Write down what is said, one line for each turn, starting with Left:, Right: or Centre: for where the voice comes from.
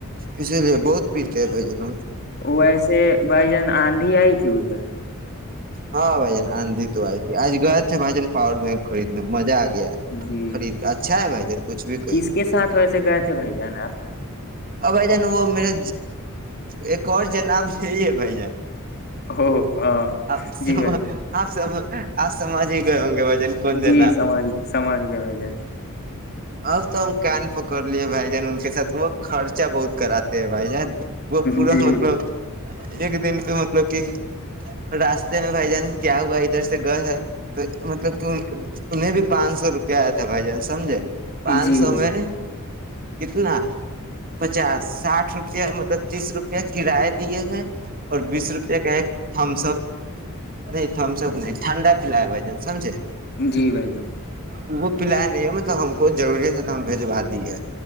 Right: اسی لیے بہت پتے تو جم
Left: ویسے بھائی جان آندھی آئی تھی ادھر
Right: ہاں بھائی جان آندھی تو آئی تھی آج گیا تھے بائیجن پاور بینک خریدنے مزا آ گ
Left: جی
Right: خرید کے اچھا ہے بھائی جان کچھ بھی کہئی
Left: کس کے ساتھ ویسے گئے تھے بھائی جان آپ
Right: اور بھائی جان وہ میرے ایک اور جناب صی ہے بھ جان
Left: ا ہاں <unintelligible>
Right: آپ سب
Left: بھائی
Right: آپ سب <unintelligible> آج سمج ہی گئے ہوں گے بھائی جان کون جناب
Left: جی سماج
Right: ہے
Left: سماج کے بھائی جان
Right: اب تو ہم کان پکڑ لیے بھائی جان ان کے ساتھ وہ خرچہ بہت کراتے ہیں بھائی جان وہ پورا
Left: جی
Right: مطلب ایک دن پہ مطلب کہ راستے میں بھائی جان کیا ہوا ادھر سے گئے ہے تو مطلب کہ انہیں بھی پانچ سو روپیہ آیا تھا بھائی جان سمجھے پانچ
Left: جی
Right: سو
Left: بھائی
Right: میں
Left: جان
Right: کتنا پچاس ساٹھ روپیہ مطلب تیس روپیہ کرایہ دیے گئے اور بیس روپیہ کا ایک تھمس اپ نہیں تھمس اپ نہیں ٹھنڈا پلایا ب جن سمجھے
Left: جی بھائی جان
Right: وہ وہ پیا ہے نہیں ہم میں تو ہ ہمم کوئی ضرورت ہے تو ہم بھیجوا دیے